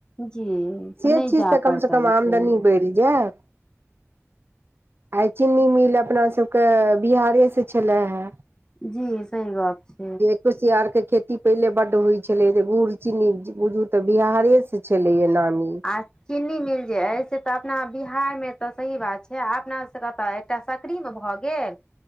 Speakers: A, on the left (about 15°); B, on the right (about 45°).
A: जी
B: से
A: नहि
B: चीज
A: जा
B: तऽ
A: पड़तनि
B: कमसँ कम आमदनी
A: से
B: बढ़ि जायत आइ चीनी मील अपना सबके बिहारे से छले हे
A: जी सही बात छै
B: <unintelligible> कुसियार के खेती पहिले बड होई छले गुड़ चीन्नी बुझु ते बिहारे से छलेय नामी
A: आ चीनी मिल जे अय से तऽ अपना बिहार मे तऽ सही बात छै अपना सबके तऽ एकटा सकरी मे भए गेल